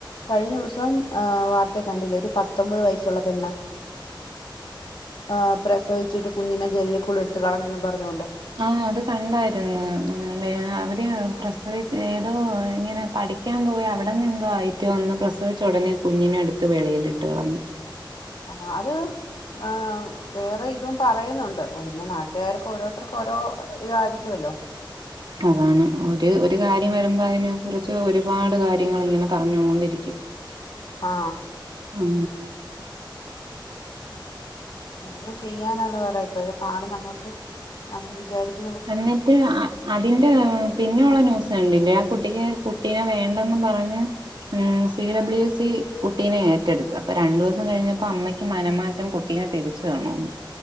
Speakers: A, on the left; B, on the right.
A: കഴിഞ്ഞ ദിവസം ഏഹ് വാർത്തേല് കണ്ടില്ലേ ഒരു പത്തൊമ്പത് വയസ്സുള്ള പെണ്ണ്. ആഹ് പ്രസവിച്ചിട്ട് കുഞ്ഞിനെ ജെനലിക്കൂടി എടുത്ത് കളഞ്ഞന്നും പറ്ഞ്ഞോണ്ട്.
B: ആഹ് അത് കണ്ടായിരുന്നു അവര് പ്രസവി ഏതോ ഇങ്ങനെ പഠി യ്ക്കാൻ പോയി അവിടെന്നെന്തോ ആയിട്ട് വന്ന് പ്രസവിച്ച ഒടനെ കുഞ്ഞിനെട്ത്ത് വെളിയിലിട്ട് കളഞ്ഞ്.
A: ആഹ് അത്. ആഹ് വേറെ ഇതും പറയുന്നുണ്ട് പിന്നെ നാട്ടുകാർക്ക് ഓരോർത്തർക്കും ഓരോ ഇതായിരിക്കുവല്ലോ.
B: അതാണ് ഒര് ഒരു കാര്യം വരുമ്പോ അതിനെ കുറ്ച്ച് ഒരുപാട് കാര്യങ്ങളിങ്ങനെ പറഞ്ഞോണ്ടിരിക്കും.
A: ആഹ്.
B: ഉം.
A: എന്തോ ചെയ്യാനാന്ന് പറ ഇപ്പഴേ കാലം നമ്മൾക്ക് നമ്മള് വിചാരിക്ക
B: എന്നിട്ട് ആഹ്. അതിന്റെ പിന്നെ ഒള്ള ന്യൂസ് കണ്ടില്ലേ ആഹ് കുട്ടിക്ക് കുട്ടീനെ വേണ്ടന്നും പറഞ്ഞ്. ഉം സി ഡബ്ല്യു സി കുട്ടീനെ ഏറ്റെടുത്ത് അപ്പോ രണ്ടൂസം കഴിഞ്ഞപ്പോ അമ്മയ്ക്ക് മനമാറ്റം കു ട്ടിനെ തിരിച്ചു വേണോന്ന്.